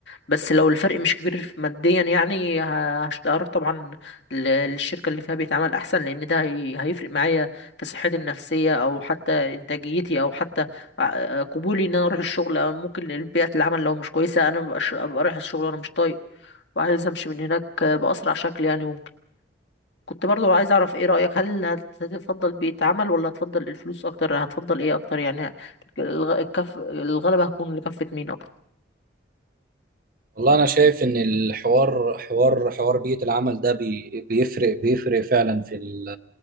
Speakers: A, on the left; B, on the right.
A: بس لو الفرق مش كبير ماديا يعني ه- هش- هروح طبعا ل- للشركة اللي فيها بيئة عمل احسن لان ده هي- هيفرق معايا في صحتي النفسية او حتى انتاجيتي او حتى ع- آه، قبولي ان انا اروح الشغل أو ممكن بيئة العمل لو مش كويسة انا مبقاش- ابقى رايح الشغل وانا مش طايق وعايز امشي من هناك باسرع شكل يعني ممكن كنت برضو عايز اعرف ايه رايك هل هت- هتفضل بيئه عمل ولا هتفضل الفلوس اكتر هتفضل ايه اكتر يعني الغ- الكف الغلبه هتكون لكفه مين اكتر
B: والله أنا شايف إن الحوار حوار حوار بيئة العمل ده بي بيفرق بيفرق فعلا في ال